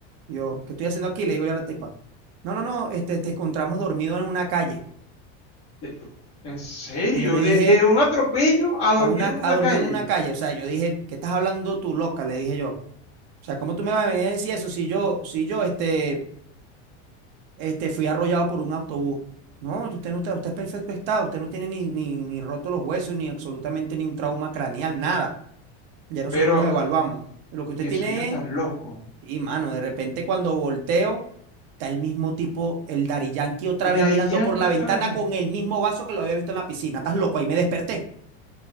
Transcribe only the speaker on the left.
De- ¿En serio?
De, de un atropello a dormido
en una
calle.
Pero,
qué
sueño tan
loco.
De
ahí
Yankee
otra
vez.